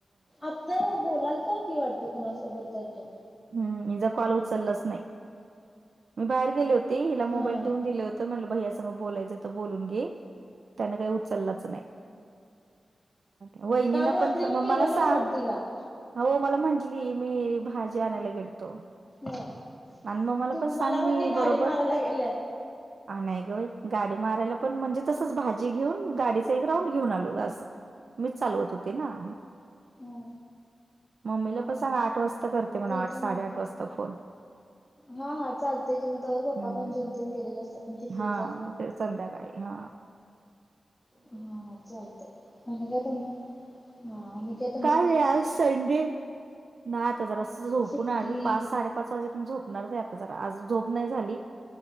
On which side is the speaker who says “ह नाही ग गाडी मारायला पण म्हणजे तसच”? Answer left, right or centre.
Right